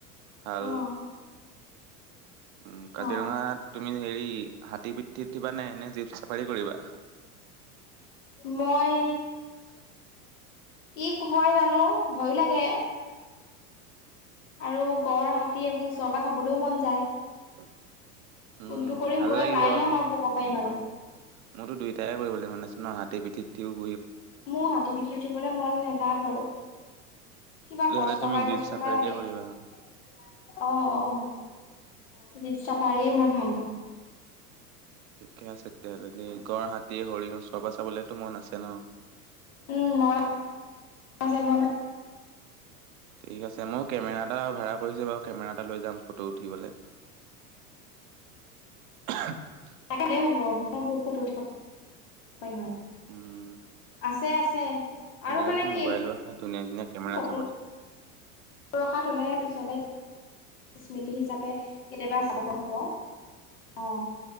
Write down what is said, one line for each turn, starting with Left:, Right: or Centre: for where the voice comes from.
Right: ভাল
Left: অ',
Right: উ, কাজিৰঙাত
Left: অ',
Right: তুমি হেৰি হাতী পি ঠিত থিব নেনেে জীপ চাফাৰী কৰিবা?
Left: মই কি হয় জানো ভয়ো লাগে। আৰু গড় হাতী এইবোৰ ওচৰৰ পৰা চাবলৈও মন যায়।
Right: <unintelligible> উম',
Left: কোনটো
Right: উম',
Left: কৰিম
Right: ভাল
Left: গৈ
Right: লাগিব
Left: পাইহে
Right: আৰু।
Left: মই ক'ব পাৰিম আৰু।
Right: উম', মোৰতো দুইটায়ে কৰিবলৈ মন আছে। ন, হাতীৰ পিঠিত উথিও
Left: মোৰ হাতী পিঠিত উঠিবলৈ মন নাযায় বাৰু। কিবা
Right: তেতিয়াহ'লে
Left: কষ্ট
Right: তুমি
Left: পাই
Right: জীপ
Left: কষ্ট
Right: চাফাৰীকে
Left: পাই লাগে।
Right: কৰিবা
Left: অ', অ'। জীপ চাফাৰীয়ে মই ভাল পাাম।
Right: ঠিকে আছে তেতিয়াহ'লে, এনেই গঁড় হাতীয়ে সৰি নো <unintelligible> পৰা চাবলেতো মন আছে ন'?
Left: উম মন আছে মন আছে
Right: ঠিক আছে মই কেমেৰা এটা ভাড়া কৰিছোঁ বাৰু কেমেৰা এটা লৈ যাম ফটো উঠিবলৈ। <unintelligible>
Left: তাল হব মই বহুত ফটো উঠিব পাৰিম আৰু।
Right: উম
Left: আছে, আছে। আছে,
Right: আজিকালি
Left: আৰু মানে কি
Right: মোবাইলো
Left: এইবোৰ
Right: আছে ধুনীয়া ধুনীয়া কেমেৰা
Left: <unintelligible>
Right: চবতে
Left: ৰখাই থ'লেহে পিছলৈ স্মৃতি হিচাপে কেতিয়াবা চাব পৰা হ'ব। অ,